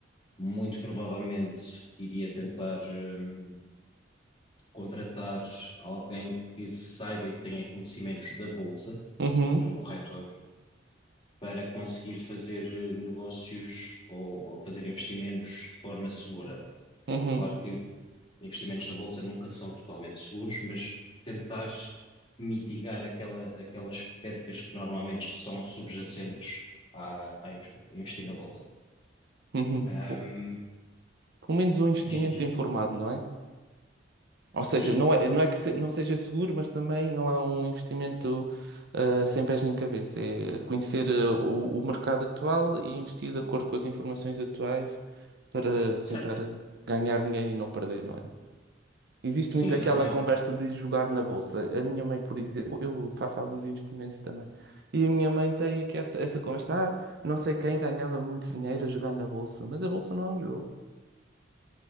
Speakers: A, on the left; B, on the right.
A: Muito provavelmente iria tentar, hum, contratar alguém que saiba e que tenha conhecimentos da bolsa,
B: Uhum,
A: portanto, um corretor, para conseguir fazer eh, negócios ou, ou fazer investimentos de forma segura.
B: uhum,
A: Claro que investimentos na bolsa nunca são totalmente seguros, mas tentar mitigar aquela, aquelas percas que normalmente são subjacentes a, a inv- investir na bolsa.
B: uhum.
A: Ahm,
B: Pô, Pelo menos um investimento
A: diz, diz.
B: informado, não é? Ou
A: Sim,
B: seja, não é, não é que se-
A: sim.
B: não seja seguro, mas também não é um investimento ah, sem pés nem cabeça. É conhecer ah, o, o mercado atual e investir de acordo com as informações atuais para tentar
A: Certo.
B: ganhar dinheiro e não perder, não é? Existe
A: Sim,
B: muito
A: exatamente.
B: aquela conversa de jogar na bolsa. A minha mãe, por exemplo, eu faço alguns investimentos também. E a minha mãe tem aqui essa, essa conversa, ah, não sei quem ganhava muito dinheiro a jogar na bolsa, mas a bolsa não é um jogo.